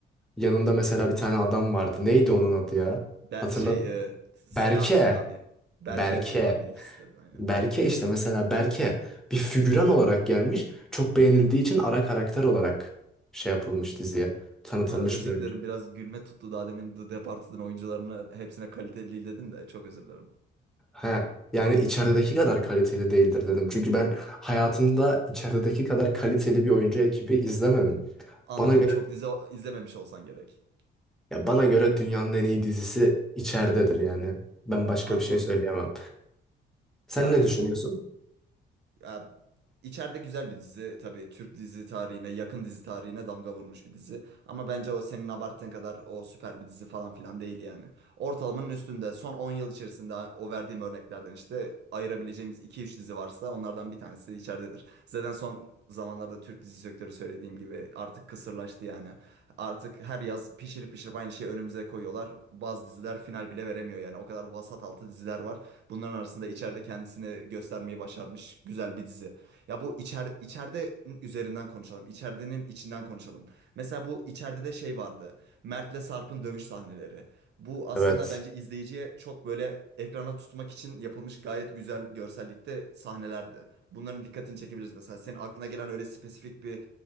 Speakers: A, in the centre; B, on the right.
A: Yanında mesela bir tane adam vardı. Neydi onun adı ya?
B: Be-
A: Hatırladın
B: şey,
A: mı?
B: e, Selami
A: Berke.
B: Selami. Berke
A: Berke.
B: Selami ikisi de aynen.
A: Berke işte mesela Berke bir figüran olarak gelmiş. Çok beğenildiği
B: Hı hı.
A: için ara karakter olarak şey yapılmış diziye tanıtılmış
B: Ha, Özür
A: bir oyuncu.
B: dilerim biraz gülme tuttu daha demin The Departed'ın oyuncularını hepsine kaliteli değil dedin de çok özür dilerim.
A: He. Yani içerideki kadar kaliteli değildir dedim. Çünkü ben hayatımda içerideki kadar kaliteli bir oyuncu ekibi izlemedim.
B: Anladım.
A: Bana göre
B: Çok dizi o- izlememiş olsan gerek.
A: ya bana göre dünyanın en iyi dizisi içeridedir yani. Ben başka
B: Anladım.
A: bir şey söyleyemem. Sen
B: Ya
A: ne
B: peki
A: düşünüyorsun?
B: bu Ya, içeride güzel bir dizi tabii Türk dizi tarihine yakın dizi tarihine damga vurmuş bir dizi. Ama bence o senin abarttığın kadar o süper bir dizi falan filan değil yani. Ortalamanın üstünde son 10 yıl içerisinde o verdiğim örneklerden işte ayırabileceğimiz iki üç dizi varsa onlardan bir tanesi de içeridedir. Zaten son zamanlarda Türk dizi sektörü söylediğim gibi artık kısırlaştı yani. Artık her yaz pişirip pişirip aynı şeyi önümüze koyuyorlar. Bazı diziler final bile veremiyor yani o kadar vasat altı diziler var. Bunların arasında içeride kendisini göstermeyi başarmış güzel bir dizi. Ya bu içer, içeride üzerinden konuşalım. İçeridenin içinden konuşalım. Mesela bu içeride de şey vardı. Mert'le Sarp'ın dövüş sahneleri. Bu aslında
A: Evet.
B: bence izleyiciye çok böyle ekrana tutmak için yapılmış gayet güzel görsellikte sahnelerdi. Bunların dikkatini çekebiliriz mesela. Senin aklına gelen öyle spesifik bir